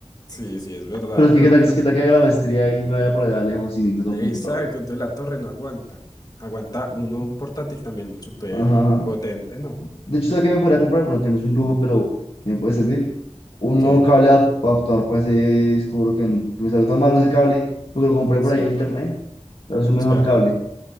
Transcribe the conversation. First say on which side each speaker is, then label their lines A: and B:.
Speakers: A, on the left; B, on the left.
A: sí, sí, es verdad.
B: Pero es
A: Pero,
B: que qué tal,
A: pero,
B: que qué tal que haga la maestría y me vaya por allá lejos y necesito otro
A: exacto,
B: computador.
A: entonces la torre no aguanta. Aguanta
B: Mm,
A: uno portátil también súper
B: Ajá. ajá.
A: potente, ¿no?
B: De hecho, ¿sabes qué me podría comprar? Bueno, que no es un lujo, pero que me puede servir. Un
A: ¿Qué?
B: nuevo cable adaptador para ese... Descubro que, que me salió tan malo ese cable porque lo compré
A: Sí,
B: por ahí en internet. Tal vez
A: ya.
B: un mejor cable.